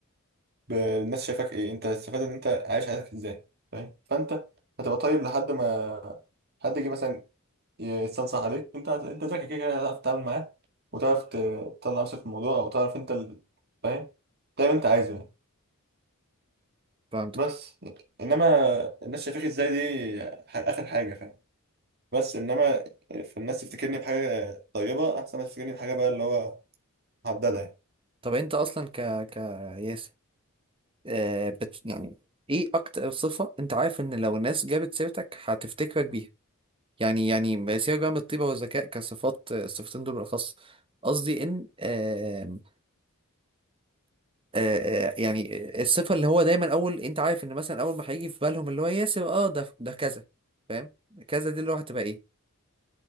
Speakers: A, on the right; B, on the right.
A: ب- الناس شايفاك ايه انت هتستفاد ان انت عايش حياتك ازاي فاهم فانت هتبقى طيب لحد ما حد يجي مثلا يستنصح عليك انت هت- انت ذكي كده كده هتعرف تتعامل معاه وتعرف ت- تطلع نفسك في الموضوع او تعرف انت ال... فاهم تعمل انت عايزه يعني
B: فهمتك
A: بس انما الناس شايفاك ازاي دي ح- اخر حاجه فاهم بس انما في الناس تفتكرني بحاجه طيبه احسن ما تفتكرني بحاجه بقى اللي هو محدده يعني
B: طب انت اصلا ك ك ياسر آه بت يعني ايه اكتر صفة انت عارف ان لو الناس جابت سيرتك هتفتكرك بيها يعني يعني ما سيبك بقى من الطيبة والذكاء كصفات الصفتين دول بالاخص قصدي ان آم، آه آه يعني الصفة اللي هو دايما اول انت عارف ان مثلا اول ما هيجي في بالهم اللي هو ياسر اه ده ده كذا فاهم كذا دي اللي هو هتبقى ايه